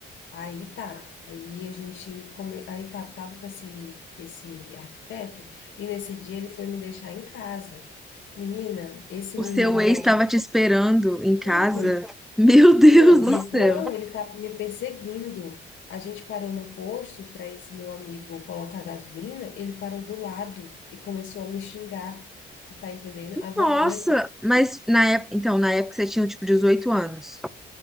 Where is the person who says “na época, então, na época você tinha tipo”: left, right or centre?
Centre